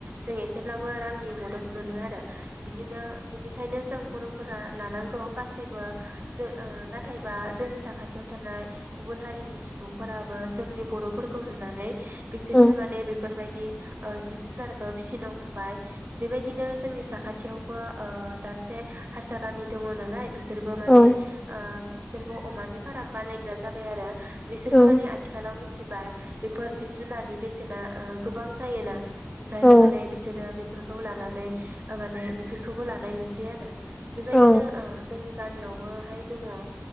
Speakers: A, on the right; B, on the left.
A: जों एसेब्लाबो रांनि मदद मोनो आरो बिदिनो बिनि ओंखायनो जों बर फोरा लानांगौ गासैबो जो ओ नाथायबा जोंनि साखाथियाव थानाय गुबुन हारिनि सुबुंफोराबो जोंनि बरफोरखौ नुनानै बिसोरसो
B: उम
A: माने बे बेफोर बायदि ओ जिब जुनारखौ फिसिनो हमबाय बेबायदिनो जोंनि साखाथियावबो ओ दाबसे हारसा गामि दङ नालाय बिसोरबो माने
B: औ
A: ओ बिसोरबो अमानि फाराम बानायग्रा जाबाय आरो बिसोरबो
B: औ
A: माने आथिखालाव मिथिबाय बेफोर जिब जुनारनि बेसेना ओ गोबां जायोना बेखायनो
B: औ
A: माने बिसोरो बिब बेफोरफोरखौ लानानै माने बिसोरखौबो लानाय नुसै आरो बेबायदिनो
B: औ
A: ओ जोंनि गामियावबोहाय दङ ओ